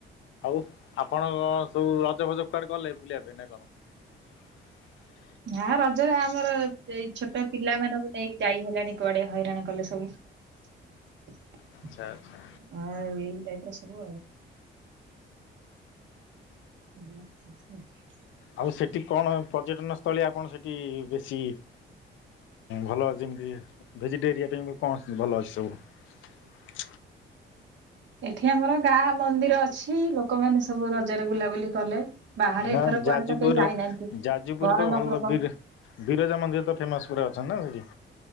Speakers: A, on the left (about 75°); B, on the right (about 65°).
A: ଆଉ ଆପଣ କଣ ସବୁ ରଜ ଫଜ କୁଆଡେ ଗଲେ ବୁଲିବା ପାଇଁ ନା କଣ।
B: ନା ରଜରେ ଆମର ଏଇ ଛୋଟ ପିଲା ମାନଙ୍କୁ ନେଇକି ଯାଇ ହେଲାଣି କୁଆଡେ ହଇରାଣ କଲେ ସବୁ।
A: ଆଚ୍ଛା ଆଚ୍ଛା
B: ଆ ଏଇ ଟାଇପ ର ସବୁ ଆଉ। <inaudible> ଆଚ୍ଛା।
A: ଆଉ ସେଠି କଣ ପର୍ଯ୍ୟଟନ ସ୍ଥଳୀ ଆପଣ ସେଠି ଟି ବେଶୀ ଭଲ ଯେମିତି ଭେଜିଟ ଏରିଆ ପାଇଁ ବି କଣ ଭଲ ଅଛି ସବୁ।
B: ଏଠି ଆମର ଗାଁ ମନ୍ଦିର ଅଛି ଲୋକମାନେ ସବୁ ରଜରେ ବୁଲାବୁଲି କଲେ। ବାହାରେ
A: ନା
B: ଏଥର କୁଆଡେ
A: ଯାଜପୁର
B: ତ କେହି ଯାଇନାହାନ୍ତି
A: ଯାଜପୁର
B: ଗରମ
A: ତ ଭଲ
B: ପ୍ରବଳ
A: ବିର ବିରଜା ମନ୍ଦିର ତ ଫେମସ ପୁରା ଅଛନ୍ତି ନା ସେଠି।